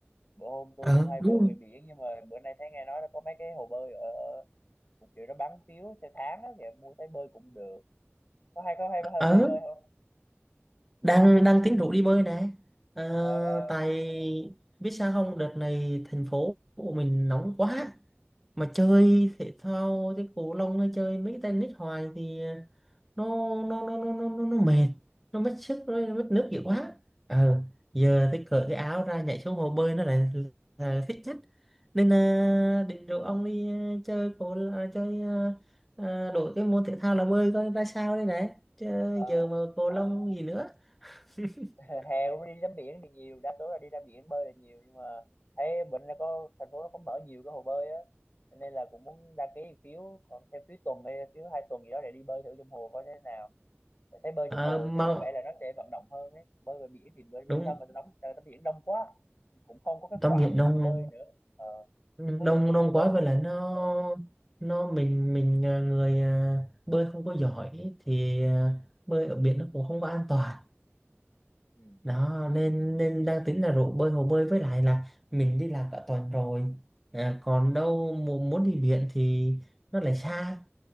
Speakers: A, on the left; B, in the centre.
A: bữa hôm tôi
B: Ờ,
A: cũng hay bơi
B: đúng.
A: về biển nhưng mà bữa nay thấy nghe nói là có mấy cái hồ bơi ở ở- một kiểu nó bán phiếu theo tháng á thì em mua thấy bơi cũng được có hay có hay hay,
B: Ờ,
A: hay đi bơi không
B: đang đang tính rủ đi bơi nè. Ờ,
A: ờ ờ
B: tại biết sao không, đợt này thành phố của mình nóng quá. mà chơi
A: ừ. ừ.
B: thể thao thế cầu lông hay chơi mấy cái tennis hoài thì nó nó nó nó nó nó, nó mệt nó mất sức
A: thì
B: nó mất nước nhiều quá ờ giờ tôi cởi cái áo ra nhảy xuống hồ bơi nó lại là thích nhất nên à,
A: ừ.
B: định rủ ông đi à, chơi cầu à, chơi à, à, đổi cái môn thể thao là bơi coi ra sao đây này chứ
A: Ờ,
B: giờ mà cầu lông gì nữa <laughs>
A: hè cũng đi tắm biển thì nhiều đa số là đi ra biển bơi là nhiều nhưng mà thấy bệnh nó có thành phố nó có mở nhiều cái hồ bơi á Cho nên là cũng muốn đăng ký phiếu còn theo phiếu tuần hay phiếu hai tuần gì đó để đi bơi thử trong hồ coi thế nào Tại thấy bơi
B: Ờ,
A: trong hồ
B: mà
A: chắc có vẻ là nó sẽ vận động hơn ấy bơi ngoài biển thì bơi biết
B: đúng
A: sao mà tao đóng tao tắm biển đông quá cũng không có cái
B: tắm
A: khoảng
B: biển
A: để
B: đông
A: mình bơi nữa ờ
B: Ừ,
A: không
B: đông
A: có cái khoảng
B: đông
A: để bơi
B: quá
A: nữa
B: vậy là nó nó mình mình à, người à, bơi không có giỏi thì à, bơi ở biển nó cũng không có an toàn
A: ừ.
B: đó nên nên đang tính là rủ bơi hồ bơi với lại là mình đi làm cả tuần rồi à, còn đâu muốn muốn đi biển thì nó lại xa